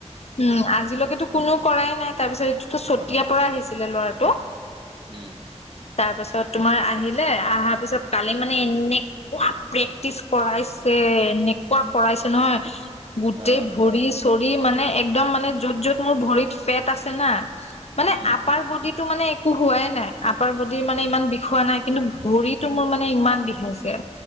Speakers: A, on the left; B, on the right.
A: উম
B: গম
A: আজিলৈকেতো
B: পাওঁ গম
A: কোনো
B: পাইছো
A: কৰাই নাই। তাৰপিছত এইটোতো চতিয়াৰ
B: হয়
A: পৰা আহিছিলে ল'ৰাটো।
B: উম
A: তাৰ পাছত তোমাৰ আহিলে আহাৰ পিছত কালি মানে এনে পোৰা প্ৰেক্টিচ কৰাইছে এনেকুৱা কৰাইছে নহয় গোটেই
B: আহ
A: ভৰি -চৰি মানে একদম মানে য'ত য'ত মোৰ ভৰিত ফেট আছে না মানে
B: উম
A: আপাৰ বডি টো মানে একো হোৱাই নাই। আপাৰ বডি মানে ইমান বিষোৱা নাই। কিন্তু ভৰিতটো মোৰ মানে ইমান বিষাইছে